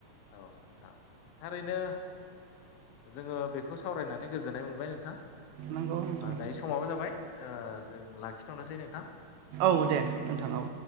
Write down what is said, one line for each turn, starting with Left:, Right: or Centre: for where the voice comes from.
Left: औ आथा थारैनो जोङो बेखौ सावरायनानै गोजोननाय मोनबाय नोंथां
Right: नंगौ नोंथां
Left: दायो समावो जाबाय -बाय ओ जों लाखिथ'नोसै नोंथां
Right: औ दे नोंथां औ